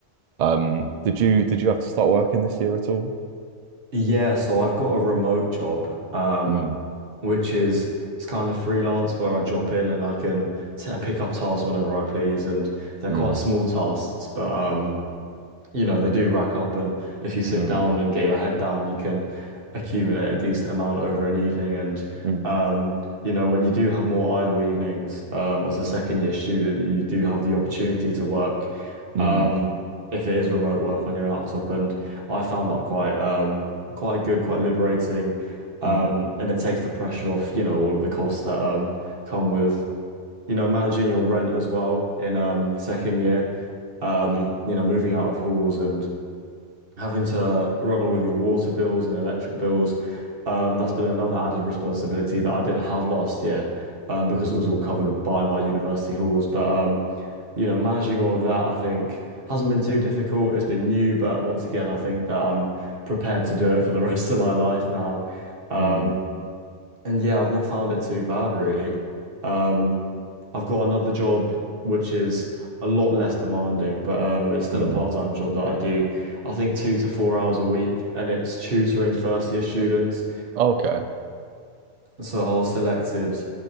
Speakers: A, on the right (about 70°); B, on the right (about 50°).
A: Um, did you did you have to start working this year at all?
B: Yeah, so I've got a remote job. Um,
A: Mm,
B: which is it's kind of freelance where I drop in and I can t pick up tasks whenever I please, and they're
A: mm,
B: quite small tasks, but um, you know, they do rack up, and if you sit
A: mm,
B: down and get your head down, you can accumulate a decent amount over an evening. And
A: mm,
B: um, you know, when you do have more idle evenings, um, as a second year student, you do have the opportunity to work,
A: mm,
B: um, if it is remote work on your laptop. And I found that quite um, quite good, quite liberating. Um,
A: mm,
B: and it takes the pressure off, you know, all of the costs that um, come with, you know, managing your rent as well in um, second year um, you know, moving out of halls and having to run all of your water bills and electric bills. Um, that's been another added responsibility that I didn't have last year um, because it was all covered by my university halls. But um, you know, managing all of that, I think, hasn't been too difficult. It's been new, but once again, I think that I'm prepared to do it for the <laughs> rest of my life now. Um,
A: mm,
B: and yeah, I've not found it too bad really. Um, I've got another job which is a lot less demanding, but um, it's still
A: mm.
B: a part-time job that I do. I think two to four hours a week, and it's tutoring first-year students.
A: Okay.
B: So I was selected